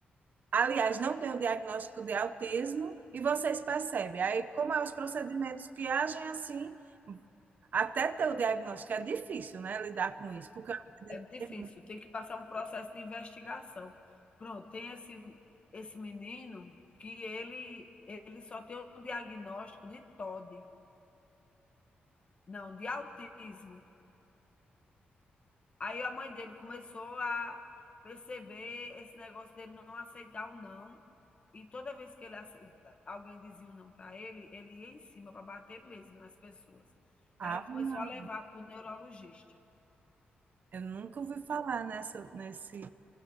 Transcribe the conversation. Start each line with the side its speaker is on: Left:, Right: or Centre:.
Right: Aliás, não tem o diagnóstico de autismo e vocês percebem. Aí, como é os procedimentos que agem assim, até ter o diagnóstico é difícil, né, lidar com isso, porque eu acredito
Left: É difícil,
Right: que tem muito.
Left: tem que passar um processo de investigação. Pronto, tem esse, esse menino que ele, ele só tem o diagnóstico de TOD, não, de autismo. Aí a mãe dele começou a perceber esse negócio dele não aceitar o não. E toda vez que ele alguém dizia um não para ele, ele ia em cima para bater mesmo nas pessoas. Aí
Right: Ave
Left: ela começou
Right: Maria,
Left: a levar para o neurologista.
Right: eu nunca ouvi falar nessa, nesse.